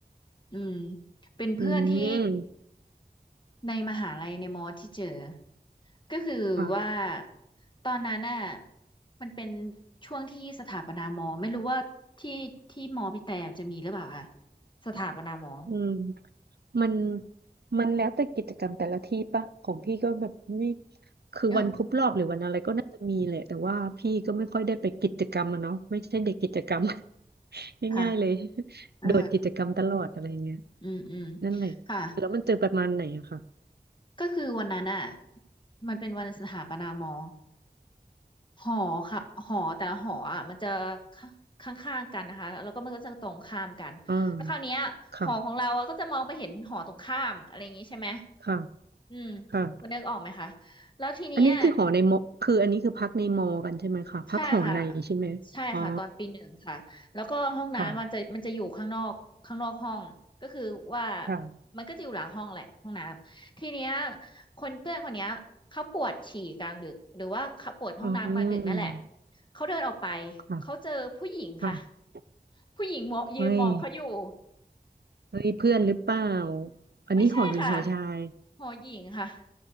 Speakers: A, on the left (about 30°); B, on the right (about 80°).
A: อืมเป็นเพื่อนที่
B: อืม
A: ในมหาลัยในมอที่เจอก็คือว่า
B: ค่ะ
A: ตอนนั้นน่ะมันเป็นช่วงที่สถาปนามอไม่รู้ว่าที่ที่มอพี่แต่จะมีหรือเปล่าค่ะสถาปนามอ
B: อืมมันมันแล้วแต่กิจกรรมแต่ละที่ปะของพี่ก็แบบไม่คือวันครบรอบหรือวันอะไรก็น่าจะมีแหละแต่ว่าพี่ก็ไม่ค่อยได้ไปกิจกรรมอะเนาะไม่ใช่เด็กกิจกรรม
A: เออ
B: <laughs>
A: ค่ะ
B: ง่ายๆเลย
A: เออ
B: โดดกิจกรรมตลอดอะไรเงี้ย
A: อืมอืม
B: นั่นแหละ
A: ค่ะ
B: แล้วมันเจอประมาณไหนอะค่ะ
A: ก็คือวันนั้นอ่ะมันเป็นวันสถาปนามอหอค่ะหอแต่ละหออ่ะมันจะข้างข้างๆกันนะคะแล้วก็มันก็จะตรงข้ามกันแล้วคราวเนี้ยหอของเราอ่ะก็จะมองไปเห็นหอตรงข้ามอะไรอย่างงี้ใช่ไหม
B: อ่าค่ะค่ะ
A: อืม
B: ค่ะ
A: คุณนึกออกไหมคะแล้วทีเนี้ย
B: อันนี้คือหอในมอคืออันนี้คือพักในมอกันใช่ไหมคะพักหอในใช่ไหมอ๋อ
A: ใช่ค่ะใช่ค่ะตอนปีหนึ่งค่ะแล้วก็ห้องน้ำมันจะมันจะอยู่ข้างนอกข้างนอกห้องก็คือว่า
B: ค่ะค่ะ
A: มันก็จะอยู่หลังห้องแหละห้องน้ำทีเนี้ยคนเพื่อนคนเนี้ยเขาปวดฉี่กลางดึกหรือว่าเขาปวดห้องน้ำกลางดึกนั่นแหละ
B: อืม
A: เขาเดินออกไป
B: ค่ะ
A: เขาเจอผู้หญิงค่ะ
B: ค่ะ
A: ผู้หญิงมองยืนมองเขาอยู่
B: เฮ้ยเฮ้ยเพื่อนหรือเปล่าอันนี้หอหญิงหอชาย
A: ไม่ใช่ค่ะหอหญิงค่ะ